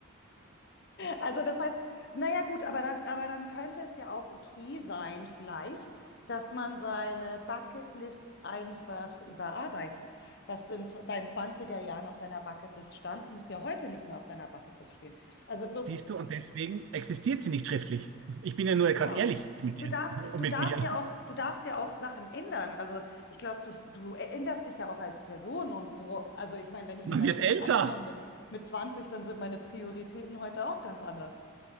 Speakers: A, on the left; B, on the right.
A: Also das heißt, naja gut, aber dann, aber dann könnte es ja auch okay sein, vielleicht, dass man seine Bucketlist einfach überarbeitet. Was in z- deinen zwanziger Jahren auf deiner Bucketlist stand, muss ja heute nicht mehr auf deiner Bucketlist stehen. Also bloß,
B: siehst du, und deswegen existiert sie nicht schriftlich. Ich bin ja nur
A: Genau.
B: gerade ehrlich mit
A: Du
B: dir
A: darfst,
B: und
A: du
B: mit
A: darfst
B: mir.
A: ja auch, du darfst ja auch Sachen ändern. Also ich glaube, du, du änderst dich ja auch als Person und wo, also ich meine, wenn ich
B: Man
A: mir mein
B: wird
A: Leben
B: älter.
A: anschaue mit, mit 20, dann sind meine Prioritäten heute auch ganz anders.